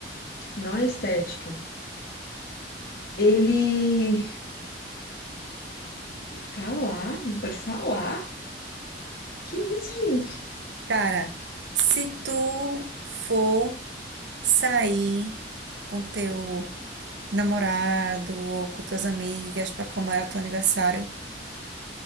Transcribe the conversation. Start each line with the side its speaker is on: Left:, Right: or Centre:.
Left: Não é estética. Ele... Falar? Não pode falar? Que isso, gente?
Right: Cara, se tu for sair com teu namorado ou com tuas amigas para comemorar teu aniversário,